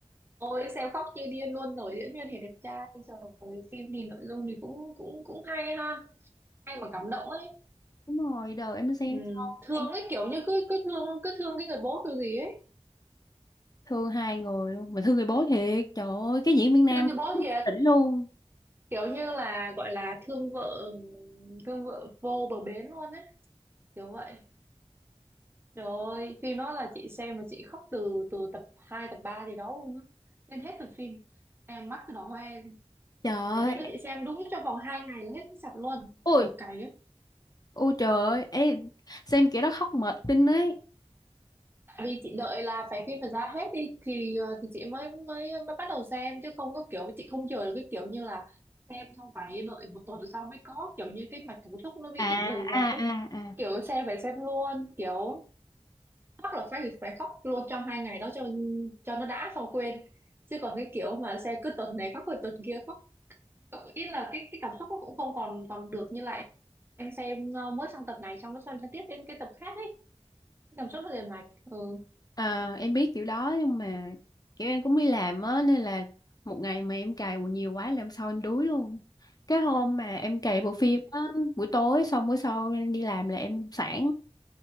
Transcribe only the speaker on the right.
ơi, xem khóc như điên luôn rồi, diễn viên thì đẹp trai, trời ơi, phim thì nội dung thì cũng cũng cũng hay ha, hay mà cảm động ấy.
Ừ.
Thương
ấy kiểu như cứ cứ thương cứ thương cái người bố kiểu gì ấy.
Thương người bố thiệt,
kiểu như là gọi là thương vợ thương vợ vô bờ bến luôn ấy, kiểu vậy. Trời ơi, phim đó là chị xem mà chị khóc từ từ tập 2 tập 3 gì đó luôn á. Nên hết tập phim. Em mắt cứ đỏ hoe.
Và phim
đó chị xem đúng trong vòng 2 ngày là hết sạch luôn,
kiểu cày á.
vì chị đợi là phải phim phải ra hết đi thì ờ, thì chị mới mới mới bắt đầu xem chứ không có kiểu chị không chờ được cái kiểu như là xem xong phải đợi một tuần sau mới có kiểu như cái mạch cảm xúc nó bị
rời rạc
ấy
kiểu xem phải xem luôn kiểu khóc là phải phải khóc luôn trong hai ngày đó cho cho nó đã xong quên chứ còn cái kiểu mà xem cứ tuần này khóc rồi tuần kia khóc ờ, ý là cái cái cảm xúc nó cũng không còn còn được như lại em xem ờ, mới sang tập này xong nó xem sang tiếp đến cái tập khác ấy cảm xúc nó liền mạch ừ